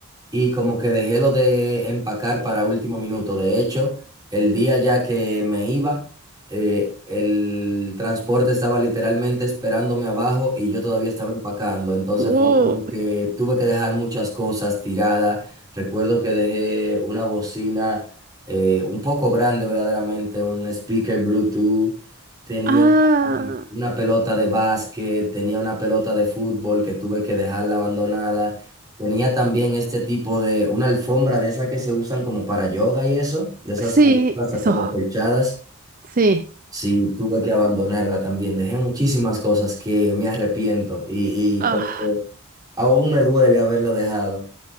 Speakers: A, on the right (about 15°); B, on the right (about 40°).
A: y como que dejé lo de empacar para último minuto. De hecho, el día ya que me iba, eh, el transporte estaba literalmente esperándome abajo y yo todavía estaba empacando. Entonces
B: Uh,
A: fue como que tuve que dejar muchas cosas tiradas. Recuerdo que dejé una bocina eh, un poco grande verdaderamente, un speaker Bluetooth. Tenía
B: ah,
A: una pelota de básquet, tenía una pelota de fútbol que tuve que dejarla abandonada. Tenía también este tipo de, una alfombra de esas que se usan como para yoga y eso, de esas
B: sí,
A: alfombras
B: eso,
A: como acolchadas.
B: sí.
A: Sí, tuve que abandonarla también. Dejé muchísimas cosas que me arrepiento y, y
B: Ah.
A: como que aún me duele haberla dejado.